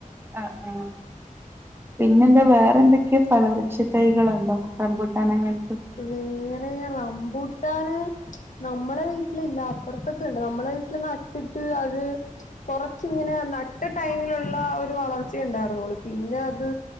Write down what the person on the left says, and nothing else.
വേറേ റമ്പൂട്ടാന് നമ്മളെ വീട്ട്ലില്ല അപ്പർത്തക്കെണ്ട് നമ്മളെ വീട്ട്ല് നട്ട്ട്ട് അത് കൊറച്ച്ങ്ങനെ നട്ട ടൈമില്ള്ള ഒരു വളർച്ചയെണ്ടാര്ന്നൊള്ളു പിന്നെ അത്